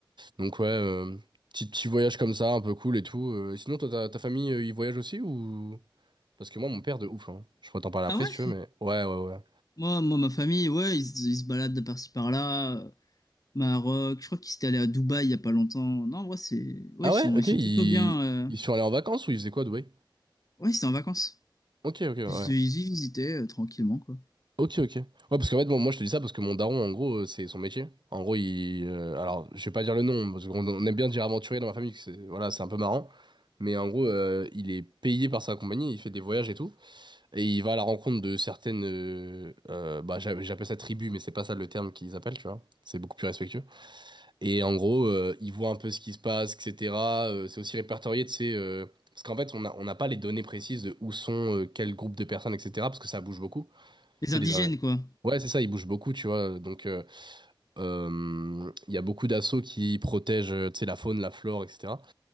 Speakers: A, on the right; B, on the left.
A: Donc ouais, euh, petit, petit voyage comme ça, un peu cool et tout. Euh, et sinon, toi, ta, ta famille, euh, ils voyagent aussi ou... Parce que moi, mon père, de ouf, hein. Je pourrais t'en parler après
B: Ah ouais?
A: si tu veux, mais... Ouais, ouais, ouais.
B: Moi, moi, ma famille, ouais, ils, se ils se baladent de par-ci par-là. euh, Maroc, je crois qu'ils étaient allés à Dubaï il y a pas longtemps. Non, en vrai, c'est, ouais,
A: Ah
B: ils
A: ouais?
B: sont,
A: Ok,
B: ils sont
A: ils...
B: plutôt bien. euh,
A: ils sont allés en vacances ou ils faisaient quoi, à Dubaï?
B: Ouais, ils étaient en vacances.
A: Ok, ok, ouais.
B: Ils, ils y visitaient euh, tranquillement, quoi.
A: Ok, ok. Ouais, parce qu'en fait, bon, moi, je te dis ça parce que mon daron, en gros, euh, c'est son métier. En gros, il... euh, alors, je vais pas dire le nom, parce qu'on on aime bien dire aventurier dans ma famille, que c'est... Voilà, c'est un peu marrant. Mais en gros, euh, il est payé par sa compagnie, il fait des voyages et tout. Et il va à la rencontre de certaines, euh, euh, bah, j'a- j'appelle ça tribu, mais c'est pas ça le terme qu'ils appellent, tu vois. C'est beaucoup plus respectueux. Et en gros, euh, il voit un peu ce qui se passe, etc. Euh, c'est aussi répertorié, tu sais, euh, parce qu'en fait, on a- on n'a pas les données précises de où sont, euh, quel groupe de personnes, etc. Parce que ça bouge beaucoup.
B: Les
A: Tu
B: indigènes,
A: sais, les, in-
B: quoi.
A: ouais, c'est ça, ils bougent beaucoup, tu vois. Donc, euh, euh, il y a beaucoup d'assauts qui protègent, euh, tu sais, la faune, la flore, etc.